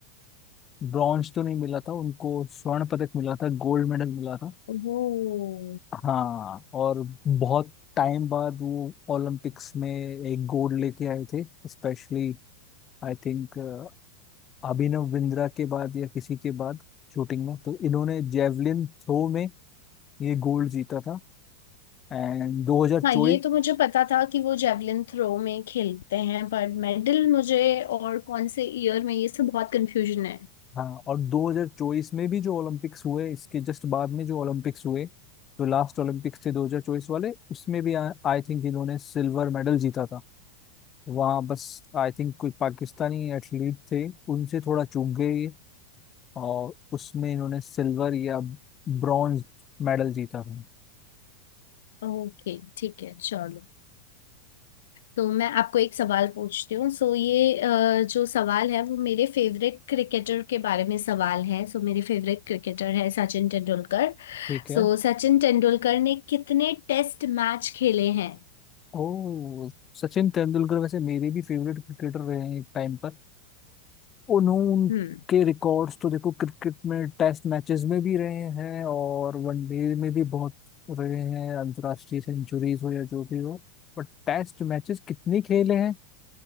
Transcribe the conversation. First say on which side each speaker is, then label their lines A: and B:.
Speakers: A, on the left; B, on the left.
A: ब्रॉन्ज तो नहीं मिला था उनको स्वर्ण पदक मिला था गोल्ड मेडल मिला था
B: ओह
A: हाँ और बहुत टाइम बाद वो ओलंपिक्स में एक गोल्ड लेके आए थे specially I think Abhinav Bindra के बाद या किसी के बाद शूटिंग में तो इन्होंने जेवलिन थ्रो में ये गोल्ड जीता था एंड 2024
B: हाँ ये तो मुझे पता था कि वो जेवलिन थ्रो में खेलते हैं पर मेडल मुझे और कौन से ईयर में ये सब बहुत कंफ्यूजन है
A: हाँ और 2024 में भी जो ओलंपिक्स हुए इसके जस्ट बाद में जो ओलंपिक्स हुए जो लास्ट ओलंपिक्स थे 2024 वाले उसमें भी आई थिंक इन्होंने सिल्वर मेडल जीता था वहाँ बस आई थिंक कोई पाकिस्तानी एथलीट थे उनसे थोड़ा चूक गए ये और उसमें इन्होंने सिल्वर या ब्रॉन्ज मेडल जीता था
B: ओके ठीक है चलो तो मैं आपको एक सवाल पूछती हूँ सो ये अ, जो सवाल है वो मेरे फेवरेट क्रिकेटर के बारे में सवाल है सो मेरे फेवरेट क्रिकेटर है सचिन तेंदुलकर
A: ठीक है
B: सो सचिन तेंदुलकर ने कितने टेस्ट मैच खेले हैं
A: ओ सचिन तेंदुलकर वैसे मेरे भी फेवरेट क्रिकेटर रहे हैं एक टाइम पर उन्होंने
B: हम्म
A: रिकॉर्ड्स तो देखो क्रिकेट में टेस्ट मैचेस में भी रहे हैं और वनडे में भी बहुत रहे हैं अंतर्राष्ट्रीय सेंचुरीज हो या जो भी हो बट टेस्ट मैचेस कितने खेले हैं